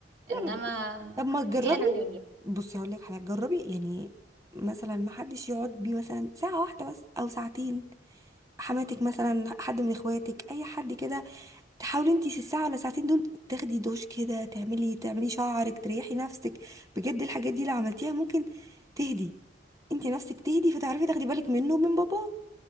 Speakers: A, on the right; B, on the right.
A: لا
B: انما
A: بس طب ما تجربي
B: دي انانية
A: بصي هقول لك حاجه جربي يعني مثلا ما حدش يقعد بيه مثلا ساعه واحده بس او ساعتين حماتك مثلا حد من اخواتك اي حد كده تحاولي انت في الساعه ولا ساعتين دول تاخدي دوش كده تعملي تعملي شعرك تريحي نفسك بجد الحاجات دي لو عملتيها ممكن تهدي انت نفسك تهدي فتعرفي تاخدي بالك منه ومن بابا